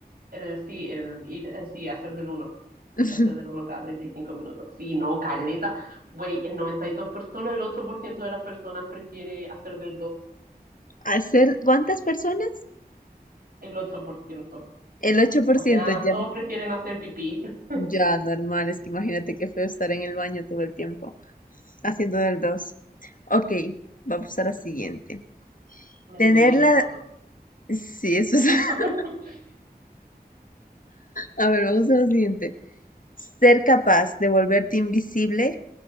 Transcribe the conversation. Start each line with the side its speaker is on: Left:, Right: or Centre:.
Right: Eh, sí, el ir, eh, sí, hacer del uno. Sí,
Left: <laughs>
Right: hacer del uno cada 35 minutos. Sí, no, caleta. Güey, el noventa y dos por, solo el 8% de las personas prefiere hacer del dos
Left: ¿Hacer cuántas personas?
Right: el ocho por ciento
Left: El ocho por
Right: O
Left: ciento
Right: sea,
Left: ya.
Right: todos prefieren hacer pipí. <laughs>
Left: Ya, normal. Es que imagínate qué feo estar en el baño todo el tiempo haciendo del 2. Ok, vamos a la siguiente.
Right: Me
Left: Tener
Right: dolería
Left: la...
Right: el poto.
Left: Sí, eso es... <laughs>
Right: <laughs>
Left: A ver, vamos a la siguiente. Ser capaz de volverte invisible